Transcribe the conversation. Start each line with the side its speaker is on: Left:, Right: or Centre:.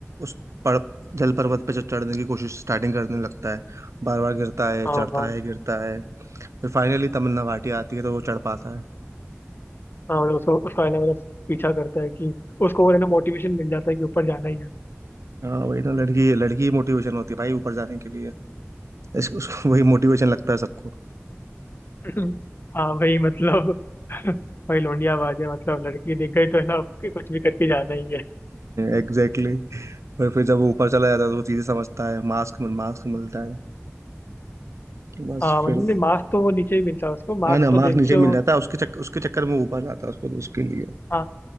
Right: उस पर जल पर्वत पे चढ़ने की कोशिश स्टार्टिंग करने लगता है बार बार गिरता है
Left: हाँ
Right: चढ़ता
Left: हाँ
Right: है गिरता है फिर फाइनली तमन्ना भाटिया आती है तो वो चढ़ पाता है
Left: हाँ मतलब उसको उसका है ना मतलब पीछा करता है कि उसको और है ना मोटिवेशन मिल जाता है कि ऊपर जाना ही है
Right: हाँ वही ना लड़की लड़की ही मोटिवेशन होती है भाई ऊपर जाने के लिए इसको उसको वही मोटिवेशन लगता है सबको
Left: <clears throat> <laughs> हाँ भाई मतलब <laughs> भाई लौंडियाबाज है मतलब लड़की दिख गई तो है ना उसके कुछ भी करके जाना ही है
Right: एग्जैक्टली और फिर जब वो ऊपर चला जाता है तो वो चीजें समझता है मास्क मास्क मिलता है
Left: <laughs>
Right: बस
Left: हाँ मतलब
Right: फिर
Left: नहीं मास्क तो वो नीचे ही मिलता है उसको मास्क
Right: है ना
Left: तो
Right: मार्क्स
Left: देख
Right: नीचे
Left: के
Right: मिल
Left: वो
Right: जाता है उसके चक, उसके चक्कर में ऊपर जाता है उसको उसके लिए
Left: हाँ